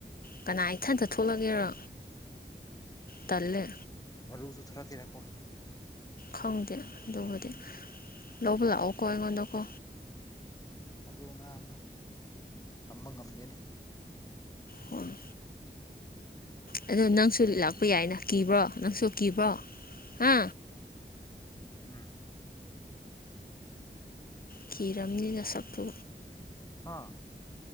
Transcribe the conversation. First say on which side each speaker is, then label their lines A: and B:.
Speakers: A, on the left (about 55°); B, on the left (about 20°).
A: ꯀꯅꯥ ꯏꯊꯟꯗ ꯊꯣꯛꯂꯒꯦꯔ ꯇꯜꯂꯦ
B: ꯃꯔꯨꯁꯨ ꯊꯔꯛꯀꯦꯔꯛꯀꯣ
A: ꯈꯪꯗꯦ ꯑꯗꯨꯕꯨꯗꯤ ꯂꯧꯕ ꯂꯥꯛꯑꯣꯀꯣ ꯑꯩꯉꯣꯟꯗꯀꯣ
B: ꯑꯗꯨ ꯉꯥꯗꯣ ꯇꯝꯕ ꯉꯝꯗꯦꯅꯦ
A: ꯐꯨꯣꯔ ꯑ ꯅꯪꯁꯨ ꯂꯥꯛꯄ ꯌꯥꯏꯅ ꯀꯤꯕ꯭ꯔꯣ ꯅꯪꯁꯨ ꯀꯤꯕ꯭ꯔꯣ ꯍꯥ
B: ꯎꯝ
A: ꯀꯤꯔꯝꯅꯤꯅ ꯁꯛꯇꯨ
B: ꯍꯥꯥ